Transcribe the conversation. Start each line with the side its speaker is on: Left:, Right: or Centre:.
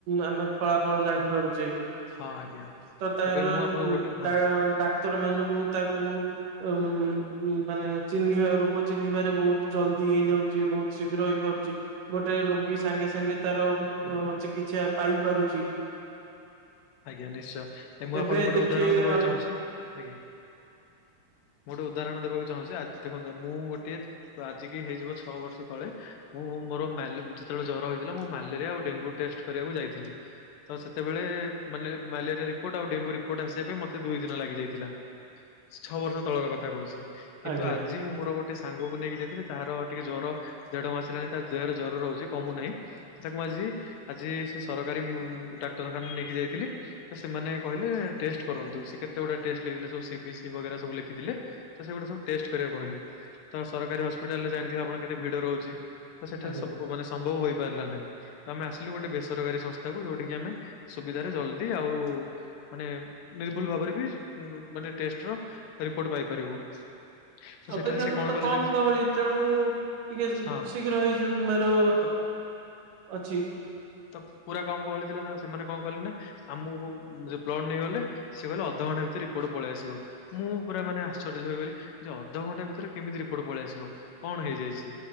Right: ଆମେ ଫଳାଫଳ ଜାଣିପାରୁଚେ।
Left: ହଁ ଆଜ୍ଞା
Right: ତ ତାର
Left: ଏବେ ମୁଁ ଆପଣଙ୍କୁ
Right: ଉଁ
Left: ଗୋଟେ ହଁ
Right: ଡାକ୍ତର ମାନଙ୍କୁ ତାକୁ ଉଁ ଉ ମାନେ ଚିହ୍ନି ହରକୁ ଚିହ୍ନିବାରେ ବହୁତ ଜଲଦି ହେଇଯାଉଚି। ବହୁତ ଶୀଘ୍ର ହେଇପାରୁଚି। ଗୋଟେ ରୋଗୀ ସାଙ୍ଗେ ସାଙ୍ଗେ ତାର ଅଁ ଚିକିତ୍ସା ପାଇପାରୁଚି।
Left: ଆଜ୍ଞା, ନିଶ୍ଚୟ ମୁଁ
Right: ଏବେ
Left: ଆପଣଙ୍କୁ ଗୋଟେ
Right: ଦେଖିବେ
Left: ଉଦାହରଣ ଦେବାକୁ ଚାହୁଁଚି। ଆଜ୍ଞା। ମୁଁ ଗୋଟେ ଉଦାହରଣ ଦେବାକୁ ଚାହୁଁଚି ଆ ଦେଖନ୍ତୁ ମୁଁ ଗୋଟେ ତ ଆଜିିକି ହେଇଯିବ ଛଅ ବର୍ଷ ତଳେ ମୁଁ ମୋର ମେଲୋ ଯେତେବେଳେ ଜର ହେଇଥିଲା ମୁଁ ମ୍ୟାଲେରିଆ ଆଉ ଡେଙ୍ଗୁ ଟେଷ୍ଟ କରିଆକୁ ଯାଇଥିଲି। ତ ସେତେବେଳେ ମାନେ ମ୍ୟାଲେରିଆ ରିପୋର୍ଟ ଆଉ ଡେଙ୍ଗୁ ରିପୋର୍ଟ ଆସିବା ପାଇଁ ମତେ ଦୁଇ ଦିନ ଲାଗିଯାଇଥିଲା। ଛଅ ବର୍ଷ ତଳର କଥା କହୁଚି କିନ୍ତୁ
Right: ଆଜ୍ଞା
Left: ଆଜି ମୁଁ ମୋର ଗୋଟେ ସାଙ୍ଗକୁ ନେଇକି ଯାଇଥିଲି ତାହାର ଟିକେ ଜ୍ୱର ଦେଢ ମାସ ହେଲାଣି ତା ଦେହର ଜର ରହୁଛି କମୁନାହିଁ। ତାକୁ ଆଜି, ଆଜି ସେ ସରକାରୀ ଡାକ୍ତରଖାନା ନେଇକି ଯାଇଥିଲି। ସେମାନେ କହିଲେ ଟେଷ୍ଟ କରନ୍ତୁ। ସେ କେତେ ଗୁଡ଼େ ଟେଷ୍ଟ ଲଥିଲେ ସି ବି ସି ସବୁ ଲେଖିଥିଲେ। ତ ସେଗୁଟା ସବୁ ଟେଷ୍ଟ କରିବାକୁ କହିଲୁ ତ ସରକାରୀ ହସ୍ପିଟାଲରେ ଜାଣିଥିବେ ଆପଣ କେତେ ଭିଡ ରହୁଚି। ତ ସେଠାରେ
Right: ଆଜ୍ଞା
Left: ସବୁ ମାନେ ସମ୍ବଵ ହୋଇ ପାରିଲା ନାହିଁ ଆମେ ଆସିଲୁ ଗୋଟେ ବେସରକାରୀ ସଂସ୍ଥା କୁ ଯେଉଁଠିକି ଆମେ ସୁବିଧା ଜଲଦି ଆଉ ମାନେ ନିର୍ବୁଲ ଭାବରେ ବି ମାନେ ଟେଷ୍ଟର ରିପୋର୍ଟ ପାଇପାରିବୁ। ତ ସେଠାରେ
Right: ଅପେକ୍ଷା
Left: ସେ
Right: କରୁ
Left: କଣ
Right: ତ
Left: କଲେ
Right: କମ
Left: ଜାଣି
Right: ଗହଳି ତେଣୁ ଟିକେ
Left: ହଁ
Right: ଶୀଘ୍ର ହେଇଯିବାର
Left: ତ
Right: ଅଛି।
Left: ତ ପୁରା କମ କହଳି ଥିଲା ତ ସେମାନେ କଂ କଲେ ନା? ଆମକୁ ବ୍ଲଡ ନେଇଗଲେ। ସେଏ କହଲେ ଅଧଘଣ୍ଟା ଭିତରେ ରିପୋର୍ଟ ପଳେଇ ଆସିବ। ମୁଁ ପୁରା ମାନେ ଆଶ୍ଚର୍ଯ୍ୟି ଯେ ଅଧଘଣ୍ଟା ଭିତରେ କେମିତି ରିପୋର୍ଟ ପଳେଇ ଆସିବ। କଣ ହେଇଯାଇଚି